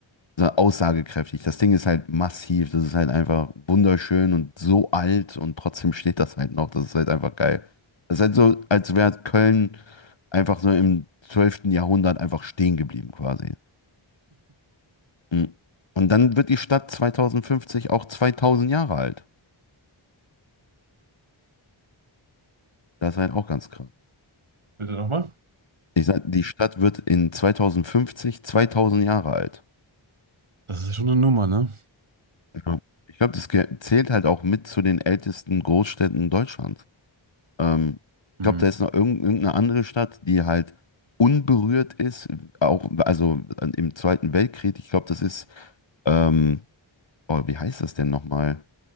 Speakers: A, on the left; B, on the right.
A: so aussagekräftig. Das Ding ist halt massiv, das ist halt einfach wunderschön und so alt und trotzdem steht das halt noch. Das ist halt einfach geil. Das ist halt so, als wäre Köln einfach so im zwölften Jahrhundert einfach stehen geblieben quasi. Mhm. Und dann wird die Stadt 2050 auch 2000 Jahre alt. Das ist halt auch ganz krass.
B: Bitte nochmal?
A: Ich sag, die Stadt wird in 2050 2000 Jahre alt.
B: Das ist ja schon eine Nummer, ne?
A: Ja. Ich glaube, das ge- zählt halt auch mit zu den ältesten Großstädten Deutschlands. Ähm, ich
B: Hm.
A: glaube, da ist noch irgend- irgendeine andere Stadt, die halt unberührt ist, auch also im Zweiten Weltkrieg. Ich glaube, das ist, ähm, oh, wie heißt das denn nochmal?